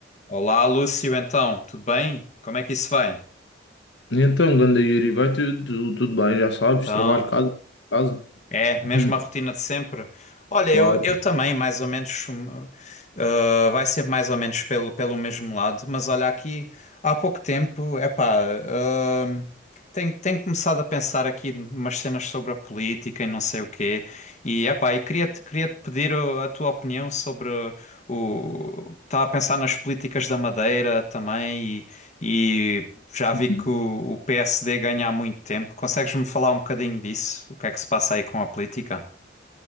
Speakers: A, on the left; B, on the left.
A: Olá, Lúcio, então, tudo bem? Como é que isso vai?
B: Então, ganda Yuri, vai tudo, tudo, bem, já sabes,
A: Então,
B: trabalho, casa, casa.
A: é, mesma
B: Hum,
A: rotina de sempre. Olha, eu,
B: Claro.
A: eu também, mais ou menos, hum, ah, vai ser mais ou menos pelo, pelo mesmo lado, mas olha, aqui há pouco tempo, epá, hum, tenho, tenho começado a pensar aqui umas cenas sobre a política e não sei o quê, e epá, e queria-te queria-te pedir uh, a tua opinião sobre o... Estava a pensar nas políticas da Madeira também e já vi
B: Hum.
A: que o, o PSD ganha há muito tempo. Consegues-me falar um bocadinho disso? O que é que se passa aí com a política?